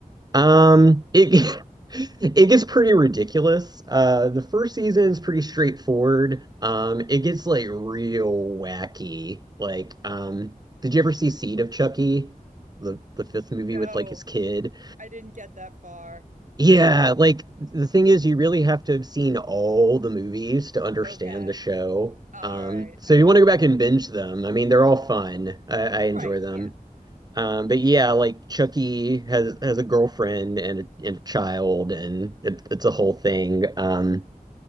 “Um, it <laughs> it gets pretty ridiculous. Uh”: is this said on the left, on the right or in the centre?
Right